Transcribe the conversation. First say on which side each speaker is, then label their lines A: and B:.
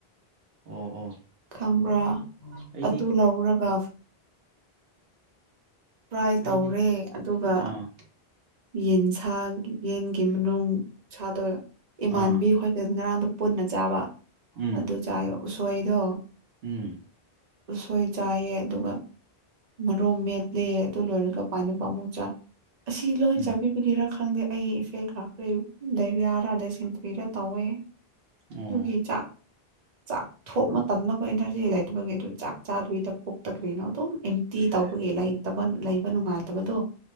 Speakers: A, on the right; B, on the right.
A: ꯑꯣ ꯑꯣ
B: ꯈꯪꯕ꯭ꯔꯥ
A: ꯑꯩꯗꯤ
B: ꯑꯗꯨ ꯂꯧꯔꯒꯐ ꯄ꯭ꯔꯥꯏ
A: ꯑꯩꯗꯤ
B: ꯇꯧꯔꯦ ꯑꯗꯨꯒ
A: ꯑꯥ
B: ꯌꯦꯟꯁꯥꯡꯒꯤ ꯌꯦꯟꯒꯤ ꯃꯅꯨꯡ ꯁꯥꯗꯣꯏ ꯏꯃꯥꯟꯕꯤ
A: ꯑꯥ
B: ꯍꯣꯏꯒ ꯉꯔꯥꯡꯗꯣ ꯄꯨꯟꯅ ꯆꯥꯕ
A: ꯎꯝ
B: ꯑꯗꯨ ꯆꯥꯏꯕ ꯎꯁꯣꯏꯗ
A: ꯎꯝ
B: ꯎꯁꯣꯏ ꯆꯥꯏꯌꯦ ꯑꯗꯨꯒ ꯃꯔꯣ ꯃꯦꯠꯂꯦ ꯑꯗꯨ ꯂꯣꯏꯔꯒ ꯄꯥꯅꯕ ꯑꯃꯨꯛ ꯆꯥ ꯑꯁꯤ ꯂꯣꯏ
A: ꯎꯝ
B: ꯆꯥꯕꯤ ꯒꯤꯔꯥ ꯈꯪꯗꯦ ꯑꯩ ꯏꯐꯦꯛ ꯂꯥꯛꯈ꯭ꯔꯦ ꯗꯥꯏꯔꯤꯌꯥꯔ ꯗꯥꯏꯁꯦꯟꯇ꯭ꯔꯤꯔ ꯇꯧꯋꯦ
A: ꯑꯣ
B: ꯇꯨꯒꯤ ꯆꯥꯛ ꯆꯥꯛ ꯊꯣꯡꯕ ꯇꯟꯕꯀꯣ ꯏꯅꯔꯖꯤ ꯂꯩꯇꯕꯒꯤ ꯑꯗꯨ ꯆꯥꯛ ꯆꯥꯗꯕꯤꯗ ꯄꯨꯛꯇ ꯀꯔꯤꯅꯣ ꯑꯗꯨꯝ ꯏꯟ ꯇꯤ ꯇꯧꯕꯒꯤ ꯂꯩꯇꯕ ꯂꯩꯕ ꯅꯨꯡꯉꯥꯏꯇꯕꯗꯣ